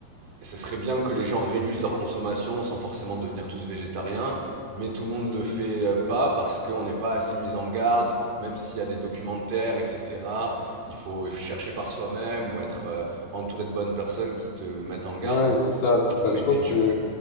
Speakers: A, on the right; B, on the left.
A: ce serait bien que les gens réduisent leur consommation sans forcément devenir tous végétariens, mais tout le monde le fait euh, pas parce qu'on n'est pas assez mis en garde, même s'il y a des documentaires, etc. Il faut chercher par soi-même ou être euh, entouré de bonnes personnes qui te mettent en garde.
B: ouais, c'est ça, c'est ça.
A: Mais
B: Je pense
A: tu
B: que
A: peux,